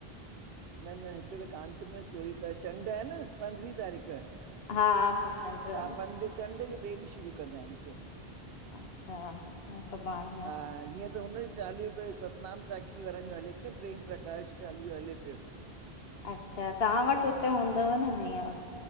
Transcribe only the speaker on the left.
हा चंड
आ न
अच्छा असां सुभाणे आ
अच्छा तां वटि हुते हूंदव न हिअर?